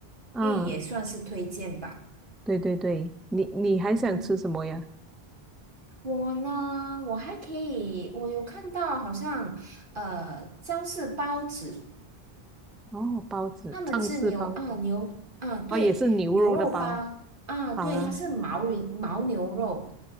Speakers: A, in the centre; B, on the right.
A: 嗯，
B: 因为也算是推荐吧。
A: 对对对，你你还想吃什么呀？
B: 嗯，我呢，我还可以，我有看到好像呃，张氏包子，
A: 哦，包子，
B: 他们是牛啊牛啊对牛肉包啊对，
A: 藏式包子，哦，也是牛肉的包。好啊
B: 它是牦牛牦牛肉。